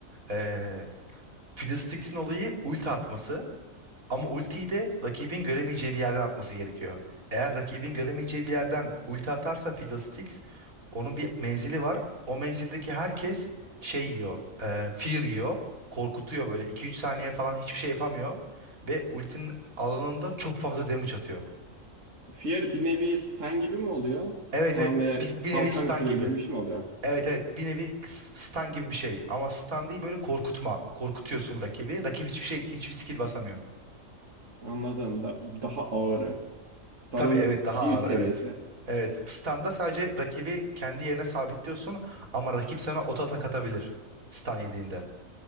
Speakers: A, on the right; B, on the right.
A: ee, Fiddlesticks'in olayı ulti atması. Ama ultiyi de rakibin göremeyeceği bir yerden atması gerekiyor. Eğer rakibin göremeyeceği bir yerden ulti atarsa Fiddlesticks onun bir menzili var. O menzildeki herkes şey yiyor, e, fear yiyor, korkutuyor böyle iki üç saniye falan hiçbir şey yapamıyor. Ve ultinin alanında çok fazla damage atıyor.
B: Fear bir nevi Stan gibi mi oluyor? Stan
A: Evet evet
B: ve
A: bir, bir
B: kalkan
A: nevi stun
B: kırıyor
A: gibi.
B: gibi bir şey mi oluyor?
A: Evet evet bir nevi stun gibi bir şey. Ama stun değil böyle korkutma. Korkutuyorsun rakibi. Rakip hiçbir şey hiçbir skill basamıyor.
B: Anladım. Da, daha ağırı. Stan'ın
A: Tabii evet daha
B: bir
A: ağır
B: üst seviyesi.
A: evet. Evet. Standa sadece rakibi kendi yerine sabitliyorsun ama rakip sana oto atak atabilir. Stan yediğinde.